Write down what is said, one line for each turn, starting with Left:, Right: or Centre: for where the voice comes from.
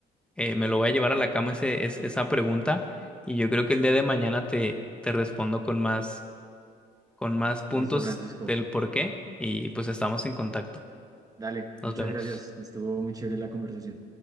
Centre: eh, me lo voy a llevar a la cama ese, es- esa pregunta y yo creo que el día de mañana te, te respondo con más con más puntos
Right: Listo, Francisco.
Centre: del por qué y pues estamos en contacto.
Right: Dale, muchas
Centre: Nos vemos.
Right: gracias. Estuvo muy chévere la conversación.